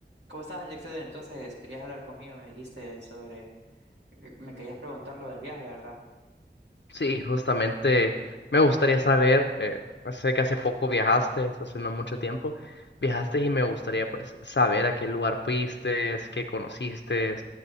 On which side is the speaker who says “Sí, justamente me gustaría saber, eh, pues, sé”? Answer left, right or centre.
Left